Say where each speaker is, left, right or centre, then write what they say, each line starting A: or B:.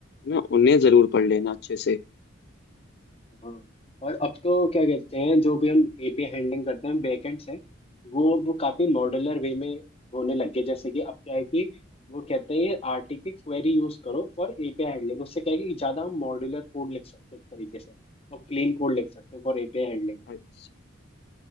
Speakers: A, on the left; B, on the left.
A: ना उन्हें जरूर पढ़ लेना अच्छे से
B: हाँ और अब तो क्या कहते हैं जो भी हम एपीआई हैंडलिंग करते हैं बैकएंड से वो वो काफी मॉड्यूलर वे में होने लग गए जैसे कि अब क्या है कि वो कहते हैं आरटी की क्वेरी यूज करो फॉर एपीआई हैंडलिंग उससे क्या है कि ज्यादा हम मॉड्यूलर कोड लिख सकते हैं एक तरीके से और क्लीन कोड लिख सकते हैं फॉर एपीआई हैंडलिंग
A: अच्छा